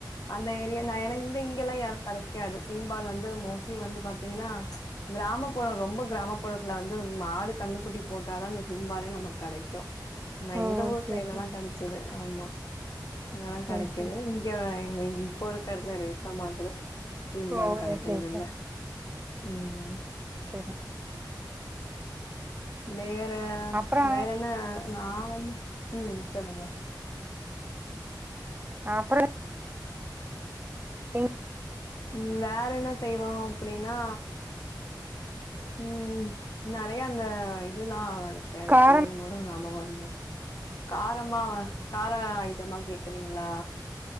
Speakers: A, on the left (about 55°); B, on the right (about 25°).
A: அந்த ஏரியா நா எனக் இங்க இங்கல்லா எனக் கெடக்காது சீம்பால் வந்து மோஸ்ட்லி வந்து பாத்தீங்கன்னா கிராமப்புற ரொம்ப கிராமப்புறத்துல வந்து மாடு கண்ணுக்குட்டி போட்டாதா இந்த சிம்பாலே நமக்கு கெடைக்கு நா
B: ஓ
A: எங்க ஊர்
B: சேரி
A: சைட்லல்லா
B: சேரி
A: கெடைச்சது ஆமா அங்கல்லா
B: சேரி
A: கெடைக்குது
B: சேரி
A: எங்க இங்க போறக்க இடலாம் இருப்ப மாட்டேது சீம்பால்
B: ஓ
A: கெடைக்கறதுல்ல
B: சேரி
A: ம்
B: சரி
A: வேற
B: அப்றோ
A: வேற என்ன நா வந் ம் சொல்லுங்க
B: ஆன் அப்புறோ இங்
A: ம் வேற என்ன செய்வம் அப்டின்னா ம் நெறைய அந்த இதுல்லா இருக்க அது
B: காரம்
A: பேரு கூட ஞாபகம் வர்ல காரமாவ கார ஐட்டமா கேக்குறீங்களா